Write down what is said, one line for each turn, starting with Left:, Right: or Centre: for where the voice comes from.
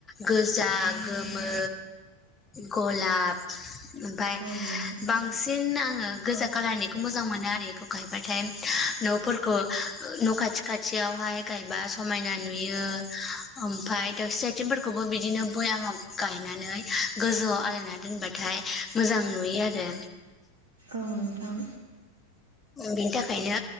Left: गोजा गोमो गलाब । ओमफ्राय
Right: औ नोंथां
Left: बांसिन आङो गोजा । खालारनिखौ मोजां मोनो आरो इखौ गायबाथाय न'फोरखौ न' खाथि खाथियावहाय गायबा समायना नुयो ओमफाय दावस्रि आथिंफोरखौबो बिदिनो ब दामाव गायनानै गोजौआव आलायना दोनबाथाय मोजां नुयो आरो
Right: औ नोंथां
Left: बिनि थाखायनो